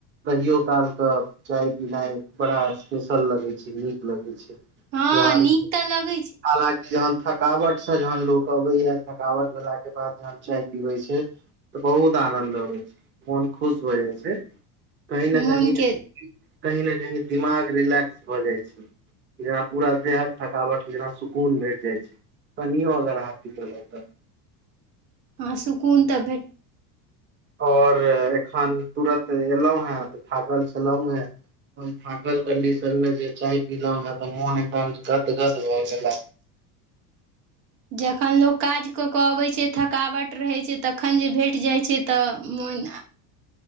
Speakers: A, on the right (about 25°); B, on the right (about 85°).
A: कहियो काल के चाय पिनाइ बड़ा स्पेशल लगै छै नीक लगै छै
B: हँ
A: जहल
B: नीक तऽ लगै छै
A: हलांकी जहन थकावटस जहन लोक अबैय थकावट भेलाके बाद चाय पिबै छै त बहुत आनंद अबै छै मोन खुश भ जाइ छै कही न
B: मोनके
A: कही कही न कही दिमाग रिलैक्स भ जाइ छै जेना पूरा देहात थकावट जेना सुकून भेट जाइ छै कनियो अगर हात पितर रहै त
B: हँ सुकून त भे
A: और एखन तुरत एयलहुँ हे त थाकल छलहुँ हे ओइ थाकल कन्डीशनमे जे चाय पीलहु हे त मोन एकदम गदगद भ गेल हे
B: जखन लोक काज क क अबै छै थकावट रहै छै तखन जे भेट जाइ छै त मो न